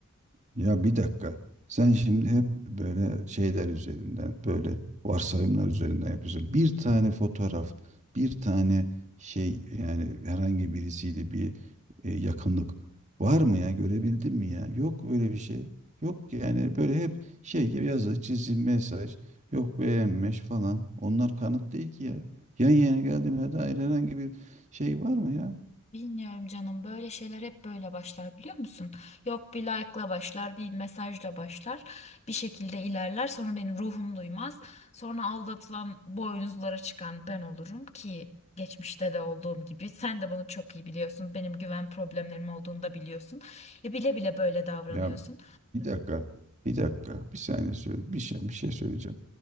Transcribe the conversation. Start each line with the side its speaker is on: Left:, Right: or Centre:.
Right: Ya bir dakika. Sen şimdi hep böyle şeyler üzerinden, böyle varsayımlar üzerinden yapıyorsun. Bir tane fotoğraf, bir tane şey yani herhangi birisiyle bir e, yakınlık var mı ya? Görebildin mi ya? Yok öyle bir şey. Yok yani böyle hep şey gibi yazı, çizim, mesaj, yok beğenmiş falan. Onlar kanıt değil ki ya. Yan yana geldiğime dair herhangi bir şey var mı ya?
Left: Bilmiyorum canım, böyle şeyler hep böyle başlar biliyor musun? Yok bir like'la başlar, bir mesajla başlar. Bir şekilde ilerler, sonra benim ruhum duymaz. Sonra aldatılan, boynuzlara çıkan ben olurum ki geçmişte de olduğum gibi. Sen de bunu çok iyi biliyorsun. Benim güven problemlerim olduğunu da biliyorsun. E bile bile böyle davranıyorsun.
Right: Ya Bir dakika. Bir dakika. Bir saniye söyle. Bir şey, bir şey söyleyeceğim.